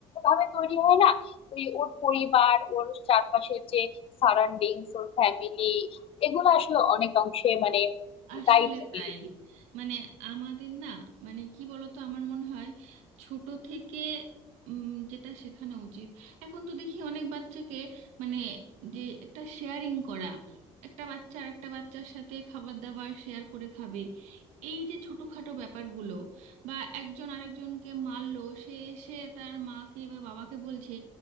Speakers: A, on the left; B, on the right.
A: ভাবে তৈরি হয় না ওই ওর পরিবার ওর চারপাশের যে সারাউন্ডিংস ওর ফ্যামিলি এগুলো আসলে অনেক অংশে মানে
B: আসলে
A: দায়ী থাকে
B: তাই মানে আমাদের না মানে কি বলতো আমার মনে হয় ছোট থেকে উম, যেটা শেখানো উচিত এখন তো দেখি অনেক বাচ্চাকে মানে যে একটা শেয়ারিং করা একটা বাচ্চা আর একটা বাচ্চার সাথে খাবার দাবার শেয়ার করে খাবে এই যে ছোটখাটো ব্যাপারগুলো বা একজন আরেকজনকে মারলো সে এসে তার মাকে বা বাবাকে বলছে